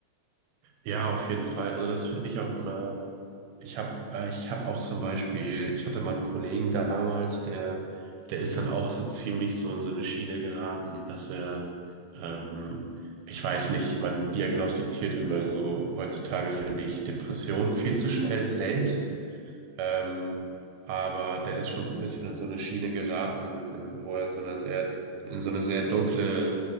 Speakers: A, on the right; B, on the left.
A: Ja,
B: Das,
A: auf jeden Fall. Also das finde
B: ja.
A: ich auch immer. Ich habe, äh, ich habe auch zum Beispiel, ich hatte mal einen Kollegen damals, der, der ist dann auch so ziemlich so in so eine Schiene geraten, dass er, ähm, ich weiß nicht, man diagnostiziert immer so heutzutage, finde ich, Depressionen viel zu
B: Mhm.
A: schnell selbst. Ähm, aber der ist schon so ein bisschen in so eine Schiene geraten, in, wo er in so einer sehr, in so eine sehr dunkle